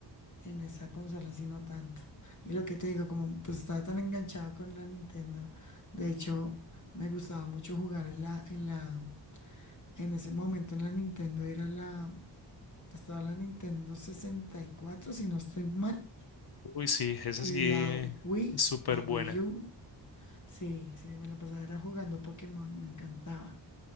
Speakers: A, on the left; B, on the left.
A: en esa consola sí no tanto. Y lo que te digo, como pues estaba tan enganchada con la Nintendo. De hecho, me gustaba mucho jugar en la, en la, en ese momento en la Nintendo era la, estaba la Nintendo sesenta y cuatro si no estoy mal.
B: uy, sí,
A: Y
B: esa sí,
A: la
B: eh,
A: Wii,
B: es súper
A: la Wii
B: buena.
A: U. Sí, sí, me la pasaba era jugando Pokémon, me encantaba.